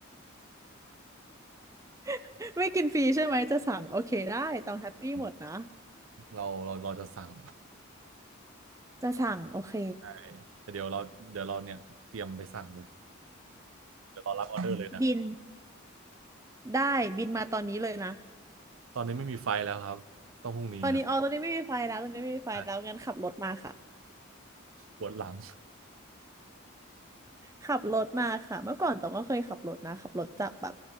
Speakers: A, on the right; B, on the right.
A: <laughs> ไม่กินฟรีใช่ไหมจะสั่งโอเคได้ต้องแฮปปี้หมดนะ
B: อืมเราเราเราจะสั่ง
A: จะสั่งโอเค
B: ไปแต่เดี๋ยวเราเดี๋ยวเราเนี่ยเตรียมไปสั่งเลยเดี๋ยวเรารับออเดอร์เลยนะ
A: บินได้บินมาตอนนี้เลยนะ
B: ตอนนี้ไม่มีไฟแล้วครับต้องพรุ่งนี้ครับ
A: ตอนนี้อ๋อตอนนี้ไม่มีไฟแล้วตอนนี้ไม่มีไฟแล้วงั้นขับรถมาค่ะ
B: อ่ะปวดหลัง
A: ขับรถมาค่ะเมื่อก่อนตองก็เคยขับรถนะขับรถจากแบบ